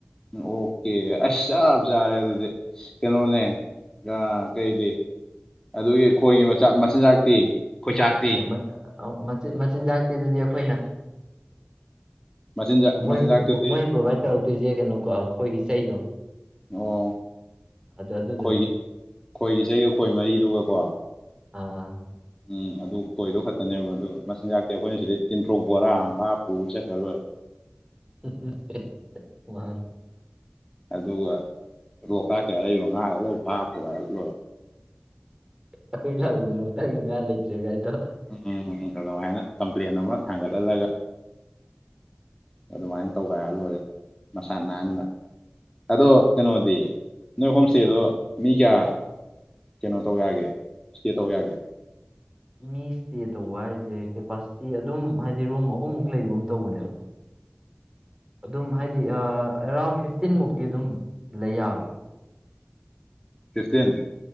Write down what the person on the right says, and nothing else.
ꯑꯦ <unintelligible> ꯃꯆꯤꯟꯖꯥꯛꯇꯤ ꯑꯗꯨꯗꯤ ꯑꯩꯈꯣꯏꯅ
ꯃꯣꯏ
ꯃꯣꯏꯅ ꯄ꯭ꯔꯣꯚꯥꯏꯠ ꯇꯧꯔꯛꯇꯣꯏꯖꯦ ꯀꯩꯅꯣ ꯈꯣꯏꯒꯤ ꯆꯩꯗꯣ
ꯑꯗꯨ ꯑꯗꯨꯗꯨꯅꯦ
ꯑ
<unintelligible>
ꯑꯈꯣꯏ ꯂꯥꯛꯄꯗ ꯂꯣꯛꯇꯥꯛꯀꯤ ꯉꯥ ꯂꯩꯇ꯭ꯔꯦ ꯒꯥꯏꯗꯣ
ꯃꯤ ꯏꯁꯇꯦ ꯇꯧꯕ ꯍꯥꯏꯖꯦ ꯀꯦꯄꯥꯁꯤꯇꯤ ꯑꯗꯨꯝ ꯍꯥꯏꯗꯤ ꯔꯨꯝ ꯑꯍꯨꯝꯃꯨꯛ ꯂꯩꯒꯨꯝ ꯇꯧꯕꯅꯦꯕ ꯑꯗꯨꯝ ꯍꯥꯏꯗꯤ ꯑ ꯑꯦꯔꯥꯎꯟ ꯐꯤꯞꯇꯤꯟ ꯃꯨꯛꯇꯤ ꯑꯗꯨꯝ ꯂꯩ ꯌꯥꯕꯅꯤ